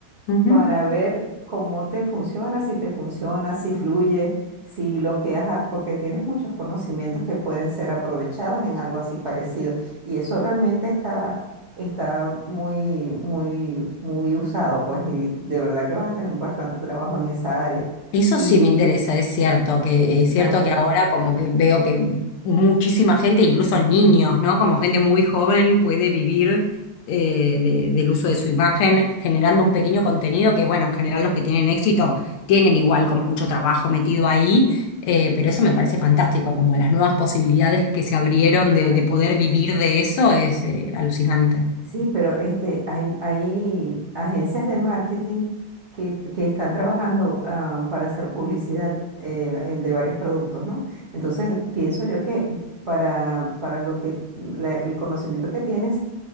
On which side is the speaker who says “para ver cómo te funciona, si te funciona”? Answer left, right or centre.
Right